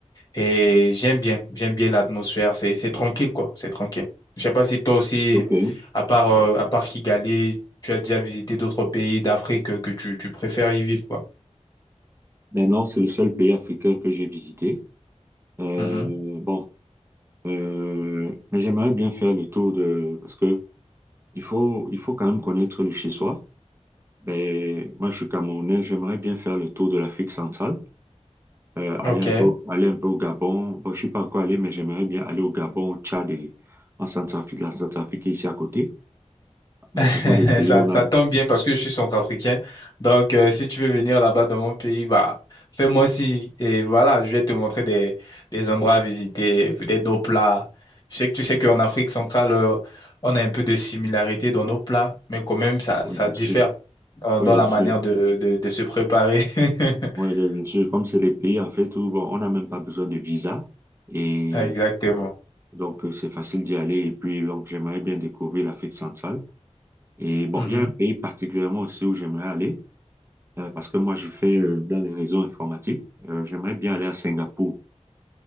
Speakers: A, on the left; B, on the right.
A: Et j'aime bien, j'aime bien l'atmosphère, c'est c'est tranquille quoi, c'est tranquille. Je sais pas si toi aussi,
B: ok.
A: à part euh, à part Kigali, tu as déjà visité d'autres pays d'Afrique que, que tu, tu préfères y vivre quoi.
B: Maintenant, c'est le seul pays africain que j'ai visité. Euh,
A: Mhm.
B: bon, euh, mais j'aimerais bien faire le tour de... Parce que il faut, il faut quand même connaître le chez-soi. Ben, moi, je suis Camerounais, j'aimerais bien faire le tour de l'Afrique centrale, euh, aller
A: Ok.
B: un peu, aller un peu au Gabon. Bon, je suis pas encore allé, mais j'aimerais bien aller au Gabon, au Tchad et en Centrafrique, la Centrafrique est ici à côté. Bon,
A: <laughs>
B: ce sont des pays
A: Ça,
B: où on
A: ça
B: a...
A: tombe bien parce que je suis centrafricain. Donc, euh, si tu veux venir là-bas dans mon pays, bah, fais-moi si Et voilà, je vais te montrer des, des endroits à visiter, peut-être nos plats. Je sais que tu sais qu'en Afrique centrale, euh, on a un peu de similarité dans nos plats, mais quand même, ça,
B: Oui,
A: ça
B: bien
A: se
B: sûr.
A: diffère dans,
B: Oui,
A: dans
B: bien
A: la
B: sûr.
A: manière de, de, de se préparer. <laughs>
B: Oui, bien, bien sûr. Comme c'est des pays, en fait, où bon, on n'a même pas besoin de visa. Et
A: Exactement.
B: donc, euh, c'est facile d'y aller. Et puis, donc, j'aimerais bien découvrir l'Afrique centrale. Et bon,
A: Mhm.
B: il y a un pays particulièrement aussi où j'aimerais aller, euh, parce que moi, je fais euh, dans les réseaux informatiques. Euh, j'aimerais bien aller à Singapour.